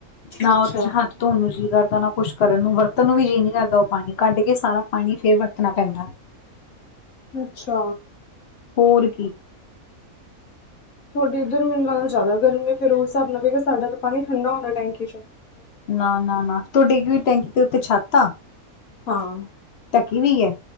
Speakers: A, on the left; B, on the left.
A: ਨਾ
B: ਅੱਛਾ
A: ਓ ਤੁਸੀਂ ਹੱਥ ਧੋਣ ਨੂੰ ਜੀ ਕਰਦਾ ਨਾ ਕੁਛ ਕਰਨ ਨੂੰ ਵਰਤ ਤਨ ਨੂੰ ਵੀ ਜੀਅ ਨੀ ਕਰਦਾ ਓ ਪਾਣੀ ਕੱਢ ਕੇ ਸਾਰਾ ਪਾਣੀ ਫੇਰ ਵਰਤਣਾ ਪੈਂਦਾ।
B: ਅੱਛਾ,
A: ਹੋਰ ਕੀ।
B: ਥੋਡੇ ਇੱਧਰ ਮੈਨੂੰ ਲੱਗਦਾ ਜ਼ਿਆਦਾ ਗਰਮੀ ਫੇਰ ਉਸ ਹਿਸਾਬ ਨਾਲ ਸਾਡਾ ਤਾਂ ਪਾਣੀ ਠੰਡਾ ਹੁੰਦਾ ਟੈਂਕੀ ਚ।
A: ਨਾ ਨਾ ਨਾ ਤੁਹਾਡੇ ਕੀ ਟੈਂਕੀ ਦੇ ਉੱਤੇ ਛੱਤ ਆ।
B: ਹਾਂ,
A: ਟਕੀ ਪਈ ਐ।